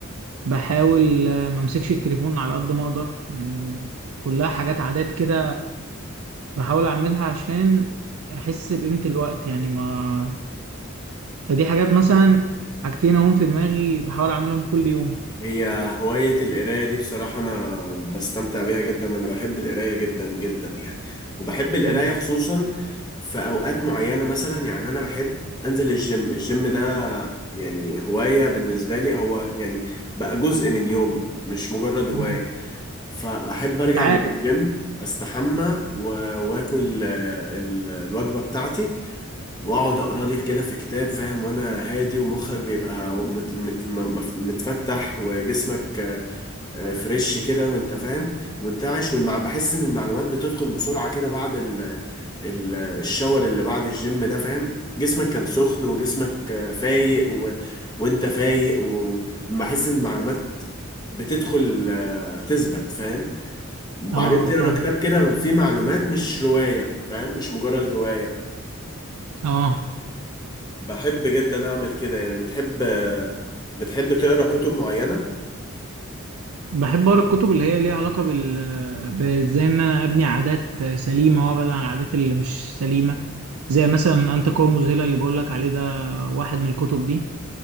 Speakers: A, on the right (about 85°); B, on the left (about 20°).
A: بحاول آه، ما أمسكش التليفون على قد ما أقدر يعني كلها حاجات عادات كده بحاول أعملها عشان أحس بقيمة الوقت يعني ما فدي حاجات مثلا حاجتين أهم في دماغي بحاول أعملهم كل يوم
B: هي هواية القراية دي بصراحة أنا بستمتع بيها جدا أنا بحب القراية جدا جدا يعني وبحب القراية
A: حلو
B: خصوصا في أوقات معينة مثلا يعني أنا بحب أنزل الجيم الجيم ده يعني هواية بالنسبة لي هو يعني بقى جزء من يومي مش مجرد هواية
A: <laughs> مم.
B: فأحب أرجع
A: عادة
B: من الجيم أستحمى و- وآكل آه، ال- الوجبة بتاعتي واقعد اقرا لي كده في كتاب فاهم وانا هادي ومخك بيبقى مت مت مف- متفتح وجسمك آه، آه، فريش كده وانت فاهم منتعش والمع بحس ان المعلومات بتدخل بسرعة كده بعد ال ال الشاور اللي بعد الجيم ده فاهم جسمك كان سخن وجسمك آه، فايق و... وانت فايق وبحس ان المعلومات بتدخل آه، تثبت فاهم وبعدين
A: اه
B: تقرا
A: فاهم
B: كتاب كده فيه معلومات مش رواية فاهم مش مجرد رواية
A: اه
B: بحب جدا اعمل كده يعني بتحب بتحب تقرا كتب معينه
A: بحب اقرا الكتب اللي هي ليها علاقه بال بازاي ان انا ابني عادات سليمه وابعد عن العادات اللي مش سليمه زي مثلا انت قوه مذهله اللي بقول لك عليه ده واحد من الكتب دي